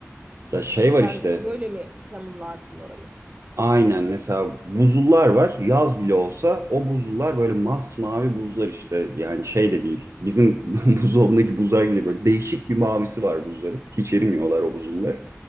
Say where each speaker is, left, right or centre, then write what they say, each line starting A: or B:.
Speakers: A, on the right (about 65°); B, on the right (about 25°).
A: Ya şey
B: Hani sen
A: var işte.
B: böyle mi tanımlarsın orayı?
A: Aynen mesela buzullar var. Yaz bile olsa o buzullar böyle masmavi buzlar işte. Yani şey de değil. Bizim <laughs> buzdolabındaki buzlar gibi böyle değişik bir mavisi var buzların. Hiç erimiyorlar o buzullar.